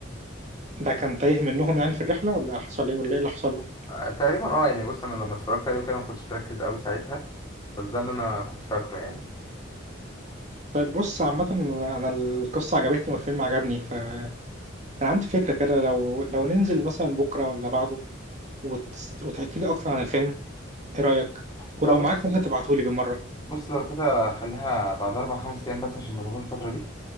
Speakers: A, on the right; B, on the left.
A: ده كان تايه منهم يعني في الرحله ولا حصل ايه ولا ايه اللي حصل له
B: آه، تقريبا اه يعني بص انا لما اتفرجت عليه كده ما كنتش مركز قوي ساعتها بس ده اللي انا كنت فاكره يعني
A: طيب بص عامه انا أنا القصه عجبتني والفيلم عجبني فانا عندي فكره كده لو لو ننزل مثلا بكره ولا بعده وت... وتحكي لي اكتر عن الفيلم ايه رايك ولو
B: لا بص
A: معاك ممكن تبعته لي بالمره
B: بص لو كده خليها بعد اربع خمس ايام بس عشان مشغول الفترة دي